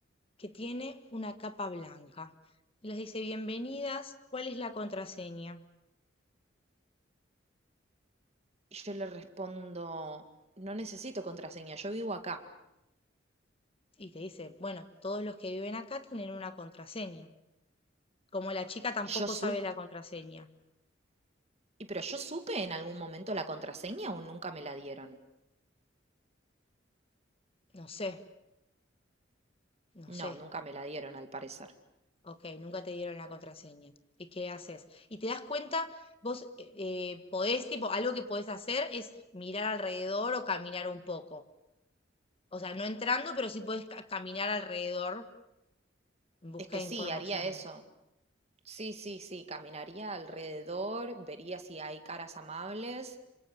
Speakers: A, on the left (about 30°); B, on the right (about 35°).
A: que tiene una capa blanca. Y les dice, bienvenidas, ¿cuál es la contraseña?
B: Y yo le respondo, no necesito contraseña, yo vivo acá.
A: Y te dice, bueno, todos los que viven acá tienen una contraseña. Como la chica tampoco
B: Yo supe,
A: sabe la contraseña.
B: y pero yo supe en algún momento la contraseña o nunca me la dieron.
A: No sé, no sé,
B: No, nunca me la dieron al parecer.
A: Ok, nunca te dieron la contraseña. ¿Y qué haces? Y te das cuenta, vos eh, eh, podés, tipo, algo que podés hacer es mirar alrededor o caminar un poco. O sea, no entrando, pero sí podés ca- caminar alrededor en busca
B: Es que
A: de
B: sí,
A: información.
B: haría eso. Sí, sí, sí, caminaría alrededor, vería si hay caras amables.